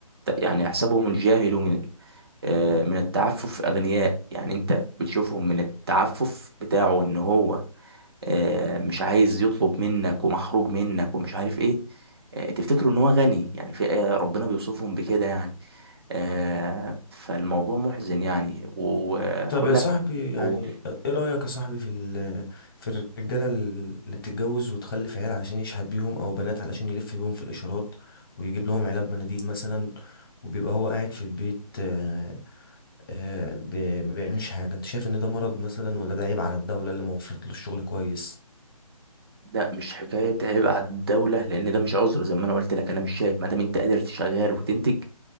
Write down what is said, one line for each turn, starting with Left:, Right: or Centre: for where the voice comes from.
Right: يعني يحسبهم الجاهل من آه، من التعفف أغنياء يعني أنت بتشوفهم من التعفف بتاعه إن هو آه، مش عايز يطلب منك ومحروج منك ومش عارف ايه آه، تفتكروا ان هو غني يعني في آه، ربنا بيوصفهم بكده يعني آه، فالموضوع محزن يعني وهقول
Left: طب يا صاحبي
Right: لك
Left: يعني
Right: أقول
Left: ايه رأيك يا صاحبي في ال- في الرجالة اللي بتتجوز وتخلف عيال علشان يشحت بيهم او بنات علشان يلف بيهم في الاشارات ويجيب لهم علب مناديل مثلا وبيبقى هو قاعد في البيت آه، آه، ب- ما بيعملش حاجة انت شايف ان ده مرض مثلا ولا ده عيب على الدولة اللي ما وفرت له الشغل كويس
Right: لا مش حكاية عيب على الدولة لأن ده مش عذر زي ما أنا قلت لك أنا مش شايف ما دام أنت قادر تشغال وتنتج